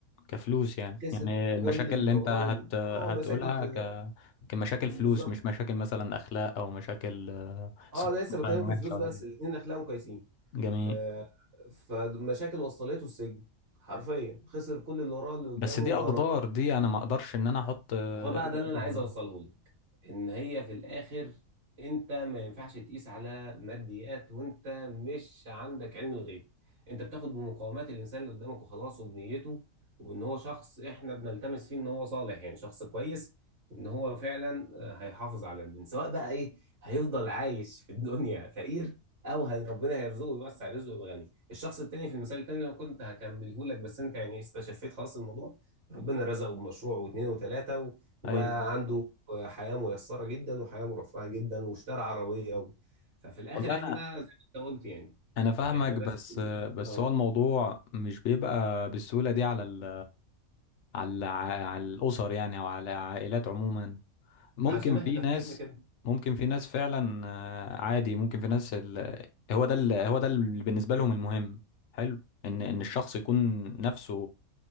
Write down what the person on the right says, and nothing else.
كسب
كل اللي
وراه
وال- اه
مشاكل في
بالظبط
اه انا لسه
بكلمك في
الفلوس
بس
الاثنين اخلاقهم كويسين
آه فمشاكل وصلته السجن حرفيا خسر كل اللي وراه اللي قدامه
غرامات
هو بقى
ده اللي انا
عايز
اوصله لك ان هي في الاخر انت ما ينفعش تقيس على ماديات وانت مش عندك علم الغيب انت بتاخد بمقاومات الانسان اللي قدامك وخلاص وبنيته وان هو شخص احنا بنلتمس فيه ان هو صالح يعني شخص كويس وان هو فعلا آه، هيحافظ على البنت سواء بقى ايه هيفضل عايش في الدنيا فقير او هي- ربنا هيرزقه ويوسع رزقه ويبقى غني الشخص التاني في المثال التاني اللي أنا كنت هكمله لك بس انت يعني استشفيت خلاص الموضوع ربنا رزقه بمشروع واثنين وثلاثة وبقى
عنده حياة ميسرة جدا وحياة مرفهة جدا واشترى عربية و... ففي الآخر
احنا
زي ما انت قلت يعني
احنا لازم
اه
عشان احنا
تفكيرنا
كده